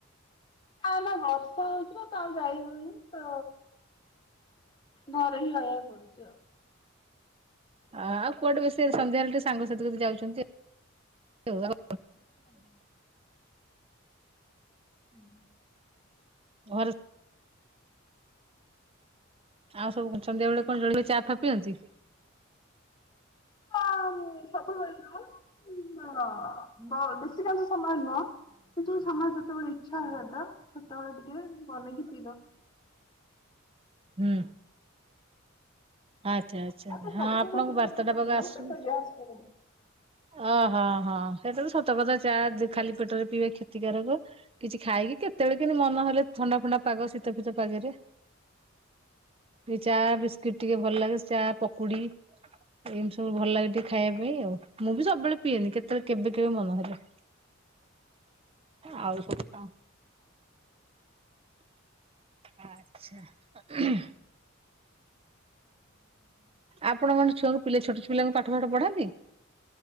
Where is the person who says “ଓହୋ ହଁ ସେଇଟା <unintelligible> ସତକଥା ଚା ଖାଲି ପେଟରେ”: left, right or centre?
Right